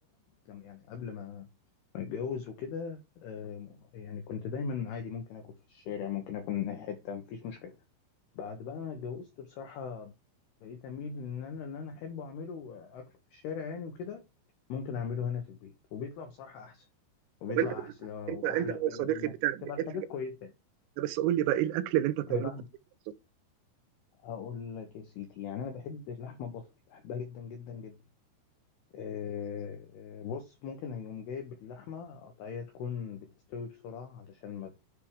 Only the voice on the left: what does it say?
لما- يعني قبل ما ما اتجوز وكده آه، يعني كنت دايما عادي ممكن اكل في الشارع ممكن اكل من اي حته مفيش مشكله بعد بقى ما اتجوزت بصراحه بقيت اميل ان انا ان انا احب اعمله آه، اكله في الشارع يعني وكده ممكن اعمله هنا في البيت وبيطلع بصراحه احسن وبيطلع
احسن واحلى
وكده
لانك
بتبقى الحاجات
كويسه يعني.
انا بعمل
هقول لك يا سيدي يعني انا بحب اللحمه البصل بحبها جدا جدا جدا آه، بص ممكن هيقوم جايب اللحمة قطعية تكون بتستوي بسرعة علشان ما